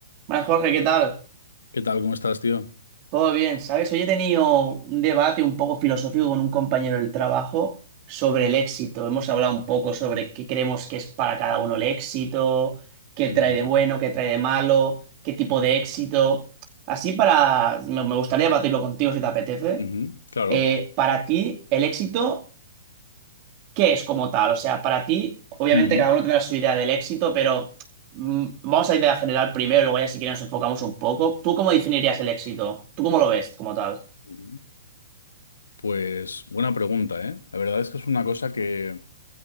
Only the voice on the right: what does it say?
Bueno, Jorge, ¿qué tal?
Todo bien, ¿sabes? Hoy he tenido un debate un poco filosófico con un compañero del trabajo sobre el éxito. Hemos hablado un poco sobre qué creemos que es para cada uno el éxito, qué trae
de bueno, qué trae de malo, qué tipo de éxito. Así para... Me me gustaría debatirlo contigo si te apetece.
Eh, para ti, el éxito... ¿qué es como tal? O sea, para ti, obviamente
cada uno tendrá su idea del éxito, pero mm, vamos a idea general primero y luego ya si quieres nos enfocamos un poco. ¿Tú cómo definirías el éxito? ¿Tú cómo lo ves como tal?